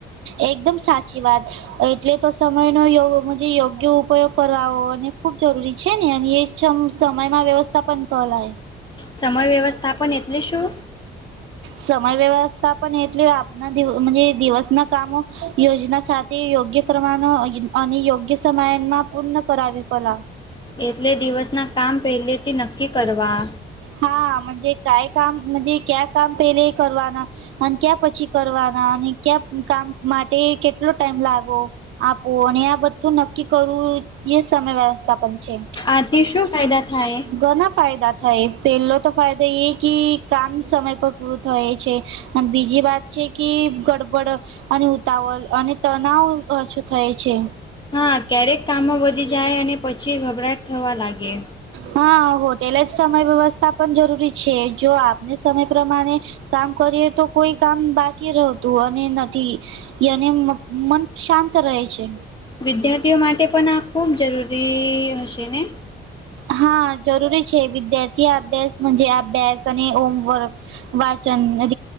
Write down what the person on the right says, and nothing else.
એકદમ સાચી વાત, એટલે તો સમય નયો યોગ્ય ઉપયોગ કરવાને ખૂબ જરૂરી છે ને, અને એ સમયમાં વ્યવસ્થા પણ ક લય
સમય વ્યવસ્થા પણ એટલે આપના દ દિવસના કામો યોજના સાથે યોગ્ય કમાનો અને યોગ્ય સમયમાં પૂર્ણ કરાવવી કલા
હાજ કઈ કામ જ ક્યા કામ પેલે કરવાના. અને ક્યાં પછી કરવાના, અને ક્યાં કામ માટે કેટલો ટાઈમ લાગો. આપો, અને આ બધું નક્કી કરવું એ સમય વ્યવસ્થા પણ છે.
ઘણા ફાયદા થાય, પેલો તો ફાયદો એ કે, કામ સમય પર પૂરું થાય છે, અને બીજી વાત છે કે, ગડબડ અને ઉતાવળ અને તનાવ ઓછું થાય છે.
હા, હોટેલ જ સમય વ્યવસ્થા. પણ જરૂરી છે, જો આપને સમય પ્રમાણે કામ કરીએ તો કોઈ કામ બાકી રહતું અને નથીને મન શાંત રહે છે.
હા જરૂરી છે, વિદ્યાર્થી અભ્યાસ જ અભ્યાસ અને હોમવર્ક વાચન ર